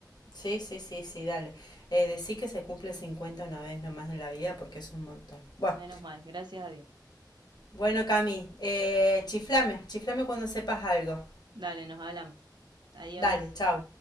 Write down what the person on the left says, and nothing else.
Sí, sí, sí, sí, dale. Eh, decí que se cumple 50 una vez nomás en la vida porque es un montón. Bueno,
bueno, Cami, eh, chiflame, chiflame cuando sepas algo.
Dale, chau.